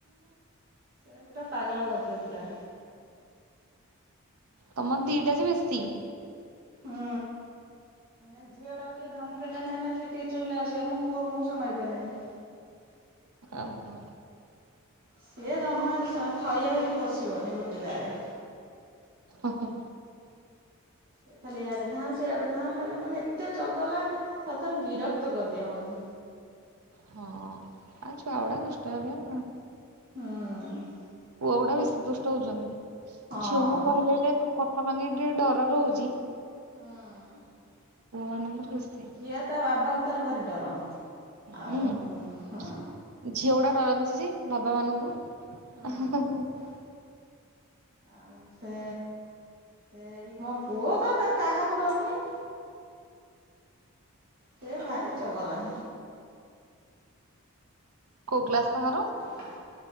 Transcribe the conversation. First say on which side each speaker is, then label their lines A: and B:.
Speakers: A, on the right (about 40°); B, on the right (about 85°).
A: ସେ ପୁରା ପାଗଳ କରିଦେବେ ପୁରା।
B: ତମର ଦିଟା ଯେ ବେଶୀ।
A: ହୁଁ ଏ ଝିଅଟାକୁ ଟିକେ ଧମକଦେନେ ହେନେ ସେ ଟିକେ ଚୁପକିନା ବସିବ ମୋ ପୁଅକୁ ମୁଁ ସମ୍ଭାଳି ପାରେନି।
B: ଓହୋ
A: ସିଏ ଜମା ସ ଥୟ ହୋଇକି ବସିବନି ଗୋଟେ ଯାଗାରେ।
B: ଓ ହୋ
A: ସେ ଖାଲି ଆଡେ ଧାଁ ସେଆଡେ ଧାଁ ଖା ମାନେ ଏତେ ଚଗଲା ଥରେ ଥରେ ବିରକ୍ତ କରିଦିଏ ମତେ।
B: ହଁ ଆଉ ଛୁଆଗୁଡା ଦୁଷ୍ଟ ହେବେ ଆଉ କଣ କ
A: ହଁ
B: ପୁଆଗୁଡ଼ା ବେଶୀ ଦୁଷ୍ଟ ହଉଛନ୍ତି।
A: ହଁ
B: ଝିଅଙ୍କୁ କହିଲେ ହେଲେ କଥା ମାନି ଟିକେ ଡର ରହୁଚି।
A: ହଁ
B: ପୁଅ ମାନଙ୍କର ବେଶୀ
A: ଝିଅ ତା ବାବାଙ୍କୁ ତାର ଭାରି ଡର। ଆଉ
B: ହୁଁ
A: ହଁ
B: ଝିଅଗୁଟା ଡରନ୍ତି ଯେ ବାବା ମାନଙ୍କୁ।
A: ହଁ
B: ଉଁ ହୁଁ ହୁଁ
A: ଆଉ ସେ ସେଇ ମୋ ପୁଅ ତ ତା କାହାକୁ ଡରୁନି। ସେ ଭାରି ଚଗଲା।
B: କୋଉ କ୍ଲାସ ତାଙ୍କର
A: ର